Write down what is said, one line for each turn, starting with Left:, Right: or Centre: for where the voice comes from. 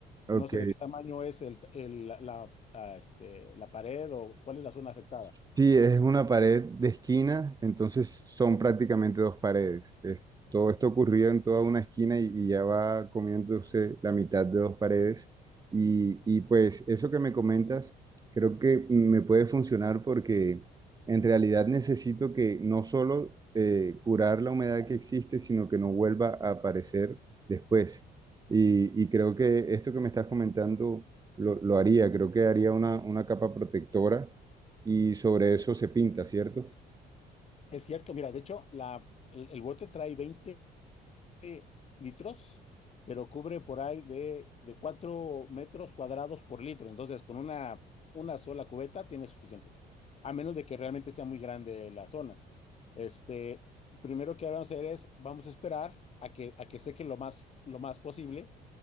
Right: Ok,
Left: No sé de qué tamaño es el, el- la, la, ah, este, la pared o cuál es la zona afectada.
Right: sí, es una pared de esquina, entonces son prácticamente dos paredes. Es- todo esto ocurrió en toda una esquina y, y ya va comiéndose la mitad de dos paredes. Y, y pues eso que me comentas, creo que me puede funcionar porque en realidad necesito que no solo eh, curar la humedad que existe, sino que no vuelva a aparecer después. Y, y creo que esto que me estás comentando lo, lo haría, creo que haría una una capa protectora y sobre eso se pinta, ¿cierto?
Left: Es cierto, mira, de hecho, la, el, el bote trae 20 eh, litros, pero cubre por ahí de, de 4 metros cuadrados por litro. Entonces, con una, una sola cubeta tiene suficiente, a menos de que realmente sea muy grande la zona. Este, primero que vamos a hacer es, vamos a esperar a que, a que seque lo más, lo más posible